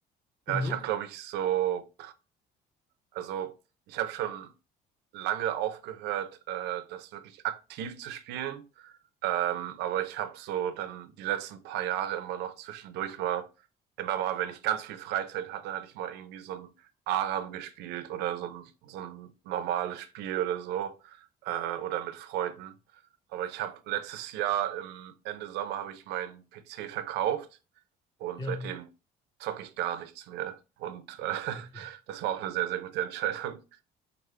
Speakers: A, on the left; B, on the right.
A: Und
B: Ja, ich
A: du?
B: habe, glaube ich, so, also ich habe schon lange aufgehört, äh, das wirklich aktiv zu spielen. Ähm, aber ich habe so dann die letzten paar Jahre immer noch zwischendurch mal, immer mal, wenn ich ganz viel Freizeit hatte, hatte ich mal irgendwie so ein Aram gespielt oder so ein, so ein normales Spiel oder so, äh, oder mit Freunden. Aber ich habe letztes Jahr im Ende Sommer habe ich meinen PC verkauft und
A: Ja,
B: seitdem zocke ich gar nichts mehr. Und äh, <laughs>
A: okay.
B: das war auch eine sehr, sehr gute Entscheidung.